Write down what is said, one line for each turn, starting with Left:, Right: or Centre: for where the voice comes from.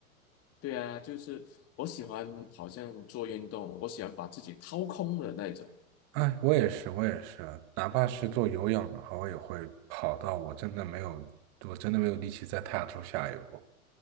Left: 对啊，就是我喜欢好像做运动，我喜欢把自己掏空的那种。
Right: 哎，我也是，我也是，哪怕是做有氧的话，我也会跑到我真的没有，我真的没有力气再踏出下一步。